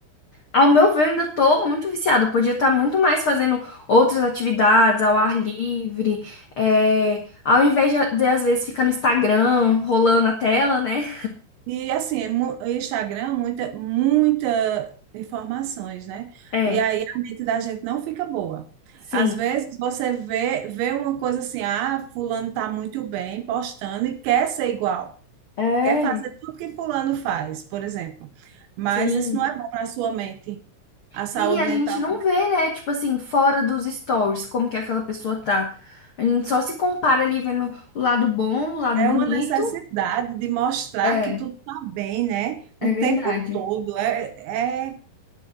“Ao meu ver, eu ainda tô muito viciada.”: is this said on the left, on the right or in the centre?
Left